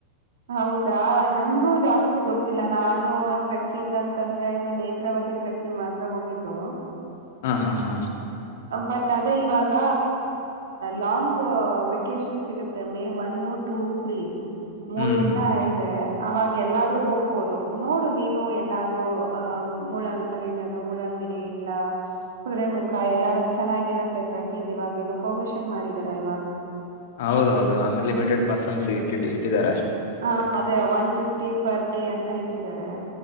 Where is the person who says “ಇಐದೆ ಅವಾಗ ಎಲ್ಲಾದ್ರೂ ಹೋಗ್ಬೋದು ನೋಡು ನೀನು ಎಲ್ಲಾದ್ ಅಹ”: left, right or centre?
Right